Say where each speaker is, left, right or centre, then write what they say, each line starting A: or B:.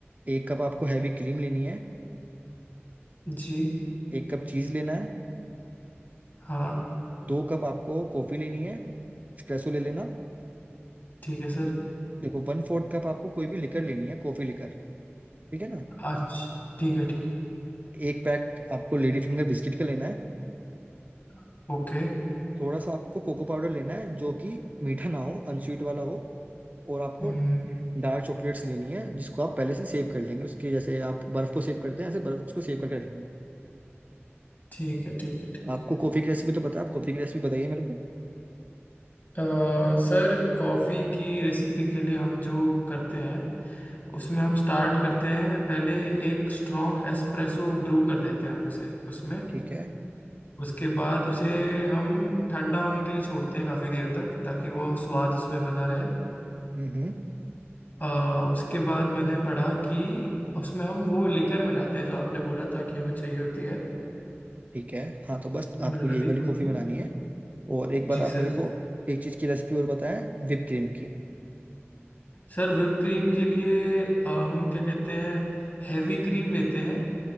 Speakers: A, on the right; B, on the left.
A: एक कप आपको हैवी क्रीम लेनी है
B: जी
A: एक कप चीज लेना है
B: हाँ
A: दो कप आपको कॉफी लेनी है एक्सप्रेसो ले लेना
B: ठीक है सर
A: देखो वन फोर्थ कप आपको कोई भी लिकर लेनी है कॉफी लिकर ठीक है ना
B: अच्छा ठीक है ठीक
A: एक पैक आपको लेडी फिंगर बिस्किट का लेना है
B: है ओके
A: थोड़ा सा आपको कोको पाउडर लेना है जो कि मीठा ना हो अनस्वीट वाला हो और आपको
B: हम्म
A: डार्क चॉकलेट्स लेनी है जिसको आप पहले से सेव कर लेंगे उसके जैसे आप बर्फ को सेव करते हैं ऐसे बर्फ को सेव करके रख लेना
B: ठीक है ठीक है ठीक
A: आपको
B: है
A: कॉफी की रेसिपी तो बताया आप कॉफी की रेसिपी बताइए मेरे को
B: अ, सर कॉफ़ी की रेसिपी के लिए हम जो करते हैं उसमें हम स्टार्ट करते हैं पहले एक स्ट्रॉन्ग एस्प्रेसो ब्रू कर देते हैं हम उसे उसमें
A: ठीक है
B: उसके बाद उसे हम ठंडा होने के लिए छोड़ते हैं काफ़ी देर तक ताकि वो स्वाद उसमें बना रहे
A: हम्म हम्म
B: अ, उसके बाद मैंने पढ़ा कि उसमें हम वो लिकर मिलाते हैं जो आपने बोला था कि हमें चाहिए होती है
A: ठीक है हाँ तो बस
B: वो
A: आपको
B: मिला
A: यही
B: दी
A: वाली
B: हमने
A: कॉफी बनानी है और एक बार
B: जी
A: आप
B: सर
A: मेरे को एक चीज की रेसिपी और बताएं whipped क्रीम की
B: सर whipped क्रीम के लिए अ, हम क्या कहते हैं हैवी क्रीम लेते हैं